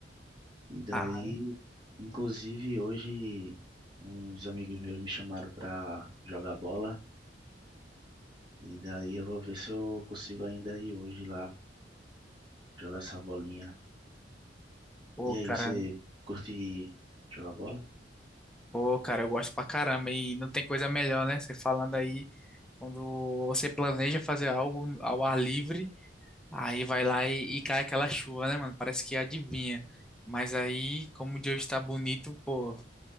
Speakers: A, on the right; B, in the centre.
A: E daí,
B: Ah,
A: inclusive hoje, uns amigos meus me chamaram para jogar bola, e daí eu vou ver se eu consigo ainda ir hoje lá jogar essa bolinha.
B: pô,
A: E
B: cara,
A: aí, você curte jogar bola?
B: Pô, cara, eu gosto pra caramba e não tem coisa melhor, né? Você falando aí, quando você planeja fazer algo ao ar livre, aí vai lá e, e cai aquela chuva, né, mano? Parece que adivinha. Mas aí, como o dia está bonito, pô,